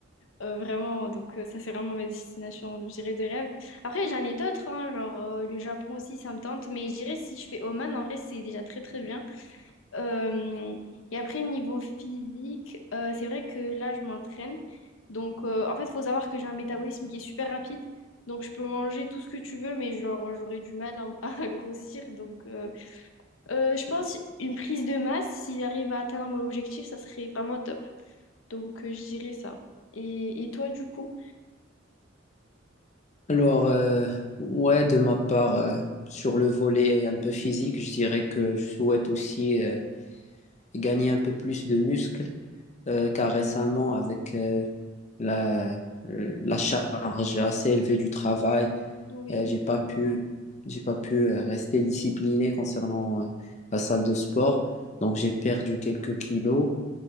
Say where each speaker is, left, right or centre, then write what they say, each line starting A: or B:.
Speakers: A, on the left; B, on the left.
A: Euh, vraiment, donc euh, ça, c'est vraiment ma destination, je dirais, de rêve. Après, j'en ai d'autres, hein, genre euh, le Japon aussi, ça me tente, mais je dirais si je fais Oman, en vrai, c'est déjà très très bien. Euh, et après, niveau physique, euh, c'est vrai que là, je m'entraîne. Donc, euh, en fait, il faut savoir que j'ai un métabolisme qui est super rapide. Donc, je peux manger tout ce que tu veux, mais genre, j'aurais du mal à, <laughs> à grossir. Donc, euh, euh, je pense une prise de masse, si j'arrive à atteindre mon objectif, ça serait vraiment top. Donc, euh, je dirais ça. Et, et toi, du coup?
B: Alors, euh, ouais, de ma part, euh, sur le volet un peu physique, je dirais que je souhaite aussi euh, gagner un peu plus de muscles, euh, car récemment, avec euh, la, euh, la charge assez élevée du travail,
A: Oui.
B: euh, j'ai pas pu, j'ai pas pu euh, rester discipliné concernant euh, la salle de sport, donc j'ai perdu quelques kilos.